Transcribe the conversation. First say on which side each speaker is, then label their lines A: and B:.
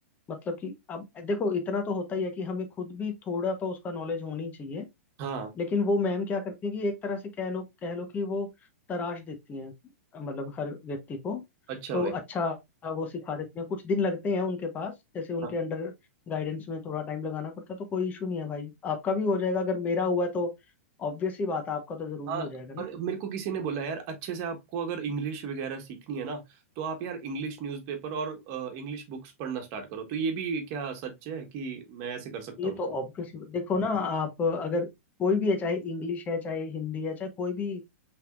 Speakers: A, on the left; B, on the right.
A: मतलब कि अब देखो इतना तो होता ही है कि हमें खुद भी थोड़ा तो उसका नॉलेज होनी चाहिए
B: हाँ
A: लेकिन वो मैम क्या करती हैं कि एक तरह से कह लो कह लो कि वो तराश देती हैं मतलब हर व्यक्ति को
B: अच्छा
A: तो
B: भाई
A: अच्छा वो सिखा देती हैं कुछ दिन लगते हैं उनके पास जैसे उनके
B: हाँ
A: अंडर गाइडेंस में थोड़ा टाइम लगाना पड़ता है तो कोई इशू नहीं है भाई आपका भी हो जाएगा अगर मेरा हुआ है तो ऑब्वियस सी बात है आपका तो जरूरी
B: हाँ
A: हो जाएगा ना
B: और मेरे को किसी ने बोला यार अच्छे से आपको अगर इंग्लिश वगैरह सीखनी है ना तो आप यार इंग्लिश न्यूज़पेपर और इंग्लिश बुक्स पढ़ना स्टार्ट करो तो ये भी क्या सच है कि मैं ऐसे कर सकता
A: ये
B: हूँ
A: तो ऑब्वियस देखो ना आप अगर कोई भी है चाहे इंग्लिश है चाहे हिंदी है चाहे कोई भी